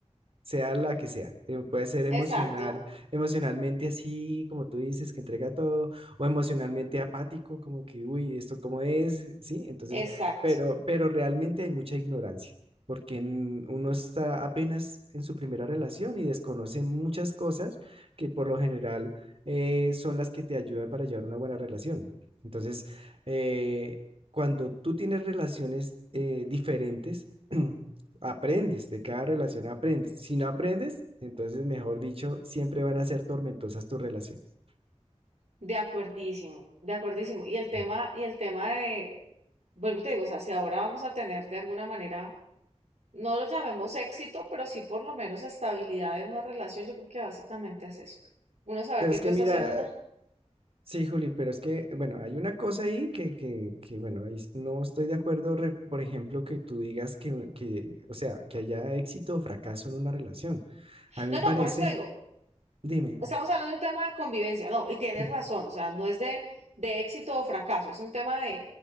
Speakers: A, on the right; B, on the right.
A: sea la que sea. eh, Puede ser emocional,
B: Exacto,
A: emocionalmente así, como tú dices, que entrega todo, o emocionalmente apático, como que, uy, ¿esto cómo es? Sí, entonces,
B: exacto.
A: pero, pero realmente hay mucha ignorancia, porque en- uno está apenas en su primera relación y desconoce muchas cosas que por lo general eh, son las que te ayudan para llevar una buena relación. Entonces, eh, cuando tú tienes relaciones eh, diferentes, <clears throat> aprendes, de cada relación aprendes. Si no aprendes, entonces, mejor dicho, siempre van a ser tormentosas tus relaciones.
B: De acuerdísimo, de acuerdísimo. Y el tema,
A: Mm.
B: y el tema de, vuelvo y te digo, o sea, si ahora vamos a tener de alguna manera, no lo llamemos éxito, pero sí por lo menos estabilidad en una relación, yo creo que básicamente es eso. Uno saber
A: Pero
B: que
A: es
B: tú
A: que
B: estás
A: mira,
B: en una.
A: sí, Juli, pero es que, bueno, hay una cosa ahí que, que, que bueno, ahí no estoy de acuerdo, re- por ejemplo, que tú digas que, que, o sea, que haya éxito o fracaso en una relación. A mí
B: No,
A: me
B: no,
A: parece,
B: por eso te digo,
A: dime,
B: Estamos hablando de un tema de convivencia, no, y tienes
A: Mm.
B: razón, o sea, no es de, de éxito o fracaso, es un tema de,